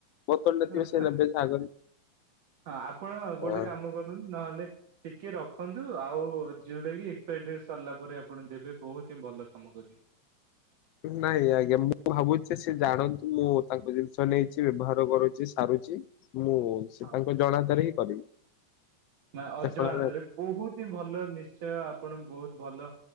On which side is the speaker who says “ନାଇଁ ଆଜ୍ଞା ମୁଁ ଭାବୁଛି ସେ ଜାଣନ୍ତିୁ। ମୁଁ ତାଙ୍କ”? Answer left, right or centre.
Left